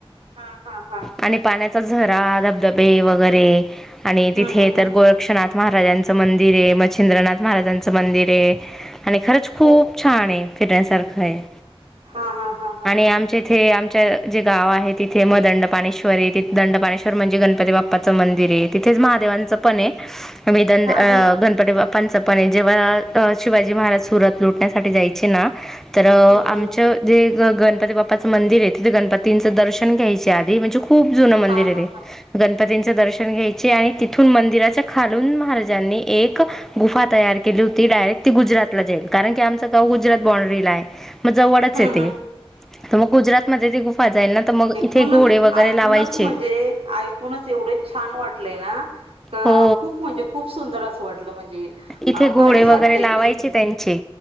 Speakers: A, on the right; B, in the centre.
A: हा हा हा
B: आणि पाण्याचा झरा धबधबे वगैरे आणि
A: हम्म
B: तिथे
A: हम्म हम्म
B: तर गोरक्षनाथ महाराजांचं मंदिर आहे मच्छिंद्रनाथ महाराजांचं मंदिर आहे आणि खरंच खूप
A: हो
B: छान आहे फिटण्यास सारखं आहे
A: हा हा हा हा
B: आणि आमच्या इथे आमच्या जे गाव आहेत तिथे मग दंडपाणेश्वर आहे तिथ दंडपाणेश्वर म्हणजे गणपती बाप्पाचं मंदिर आहे तिथेच महादेवांचं पण आहे द
A: हा हा
B: गणपती बा्प प जेव्हा शिवाजी महाराज सुरत लुटण्यासाठी जायचे ना तर आमचं
A: हम्म हम्म
B: जे ग गणपती बाप्पाचं मंदिर आहे तिथे गणपतींचं दर्शन घ्यायचे आधी म्हणजे खूप जु मंदिर
A: हा
B: आहे
A: हा
B: र
A: हा
B: गणपतीच दर्शन घ्यायचे आणि तिथून मंदिराच्या खालून महाराजांनी एक गुफा तयार केली डायरेक्टी गुरातला जाईल कारणी आमच गाव गुजरात बंडला मग जवळच
A: हम्म
B: य ते
A: हम्म
B: तर मग गुजरातमध्येध्ये ती गुफा जाईल ना तर मग इथे
A: ण
B: घोडे वगैरे
A: ऐकूनच
B: लावायचे
A: म्हणजे ऐकूनच एवढे छान वाटलेय ना अ
B: हो
A: खूप म्हणजे खूप सुंदर असं वाटलं म्हणजे
B: इथे
A: अ भारीच
B: घोडे वगैरे
A: वाटतय
B: लावायचे
A: की
B: त्यांचे